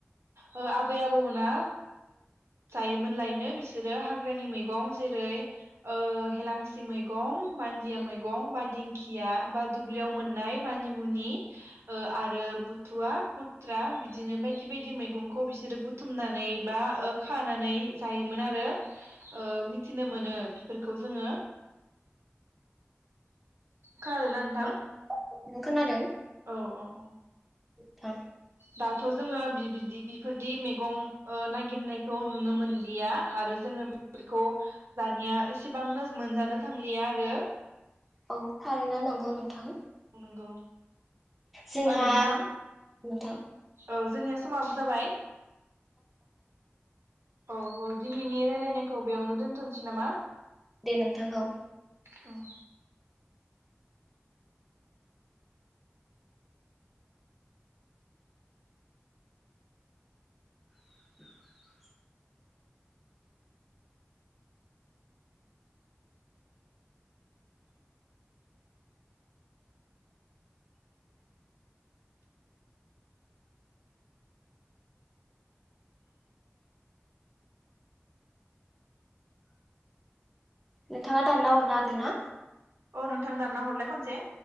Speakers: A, on the right; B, in the centre.
A: ओ आब आबै आबौमोना जायोमोन लायनो बिसोरो हाग्रानि मैगं जेरै हेलांसि मैगं बान्दिया मैगं बा दिंखिया बा दुब्लियाव मोननाय मानिमुनि आरो ओ बुथुवा खुथ्रा बिदिनो बायदि बायदि मैगंखौ बिसोर। बिसोर बुथुमनानै बा खानानै जायोमोन आरो। ओ मिथिनो मोनो बेफोरखौ जोङो। खोनादों ना नोंथां।
B: औ नों खोनादों।
A: औ औ औ
B: थां
A: दाथ' जोङो ओ बिदि बिफोरदि मैगं नागिरनायखौ नुनो मोनलिया आरो जोङो बेफोरखौ दानिया एसेबां मोनजानो थांलिया आरो।
B: औ थारैनो नांगौ नोंथां।
A: नंगौ
B: जोंहा
A: ओ नोंथां
B: नोंथां
A: औ जोंनिया समाबो जाबाय औ औ दिनैनि राय्लायनायखौ बेयावनो दोन्थनोसै नामा।
B: दे नोंथां औ
A: दं
B: <inaudible> नोंथाङा दान ना हरनो हागोन ना।
A: औ नोंथां दानना हरलाय खनसे।